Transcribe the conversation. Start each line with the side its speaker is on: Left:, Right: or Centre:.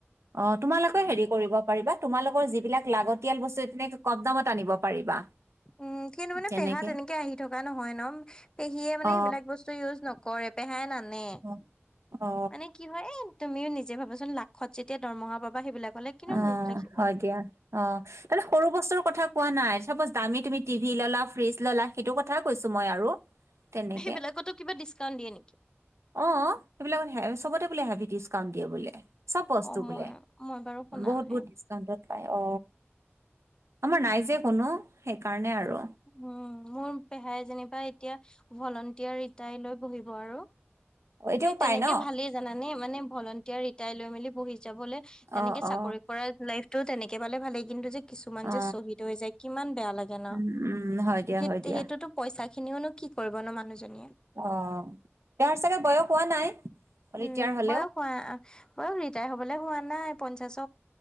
Right: অ তোমালোকেও হেৰি কৰিব পাৰিবা তোমালোকৰ যিবিলাক লাগতিয়াল বস্তু এনে কম দামত আনিব পাৰিবা
Left: উম সেইু মানে
Right: তেনেকে
Left: পেহা তে এনেকে আহি থকা নহয় ন পেহীয়ে মানে
Right: অ
Left: এইবিলাক বস্তু ইউজ নকৰে পেহাই নানে
Right: অ অ
Left: মানে কি হয় তুমিও নিজে ভাবাচোন লাখত যেতিয়া দৰমহা পাবা সেইবিলাক হলে কিমান
Right: অ
Left: লোভ লাগিব
Right: হয় দিয়া অ তানে সৰু বস্তুৰ কথা নাই দ তুমি টি ভ ললা ফ্ৰিজ ললা সেইটো কথাই কৈছো মই আৰু তেনেকে
Left: সেইবিলাকতো কিবা ডিচকাউন্ট দিয়ে নেকি
Right: অ সেইবিলাকত হ চবতে বোলে হেভি ডিচকাউণ্ট দিয়ে বোলে চব বস্তু
Left: অ
Right: বোলে
Left: মই মই বাৰু শুনা
Right: বহুত
Left: নাই
Right: বহুত ডিচকাউন্টত প অ আমাৰ নাই যে কোনো সেইকাৰণে আৰু
Left: উম মোৰ পেহাই যেনিবা এতিয়া ভলণ্টিয়াৰ ৰিটায় লৈ বহিব আৰু
Right: এতিয়াও
Left: সেই
Right: পায়
Left: তেনেকে
Right: ন
Left: ভালেই জানানে ভলটাৰ ৰিটায় লৈ মেলি বহি যাবলে তেনেকে
Right: অ অ
Left: চাকৰি কৰা লাইফ টো তেনেকে পালে ভালেই কিন্তু যে কিছুমান
Right: অ
Left: যে শহীদ হৈ যায় কিমান বেয়া লাগে ন
Right: উম উম হয় দিয়া
Left: সেই
Right: হয় দিয়া
Left: সেইটোতো পইচা স খিনিওনো কি কৰিব ন মানুহজনীয়ে
Right: অ তেওঁৰ চাগে বয়স হোৱা নাই
Left: উম
Right: ৰিটায়াৰ হ'লেও
Left: বয়স হোৱা বয়স ৰিটায়াৰ হবলৈ হোৱা নাই পঞ্চাশ